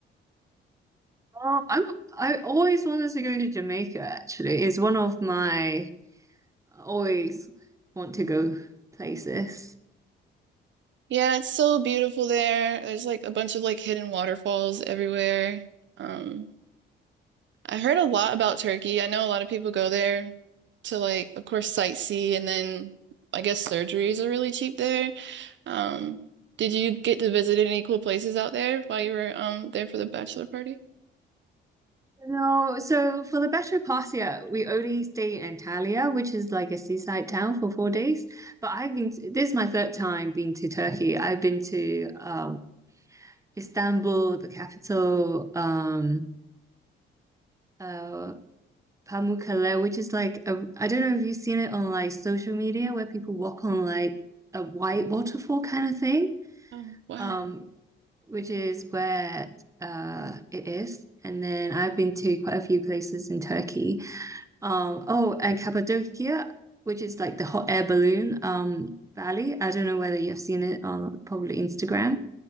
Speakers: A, on the right; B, on the right.
A: Oh, I'm I always wanted to go to Jamaica actually. It's one of my always want to go places.
B: Yeah, it's so beautiful there. There's like a bunch of like hidden waterfalls everywhere. Um, I heard a lot about Turkey. I know a lot of people go there to like, of course, sightsee and then I guess surgeries are really cheap there. Um, did you get to visit any cool places out there while you were um there for the bachelor party?
A: No, so for the better part year, we only stay in Antalya, which is like a seaside town for four days. But I've been this is my third time being to Turkey. I've been to um, Istanbul, the capital, um, uh, Pamukkale, which is like a, I don't know if you've seen it on like social media where people walk on like a white waterfall kind of thing,
B: Oh, wow.
A: um, which is where uh, it is. And then I've been to quite a few places in Turkey. Um, oh, and Cappadocia, which is like the hot air balloon um valley. I don't know whether you've seen it on probably Instagram.